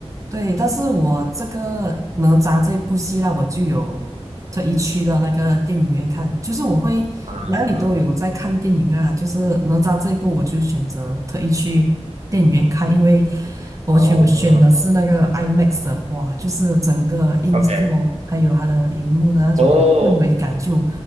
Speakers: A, on the right; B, on the right.
A: 对，但是我这个哪吒这部戏呢，我就有特意去到那个电影院看，就是我会哪里都有在看电影啊，
B: 啊
A: 就是哪吒这一部我就选择特意去电影院看，因为我去我选的是那个
B: 哦
A: IMAX 的哇，就是整个音效还有它的荧幕的那种。
B: ，OK，哦
A: 氛围感就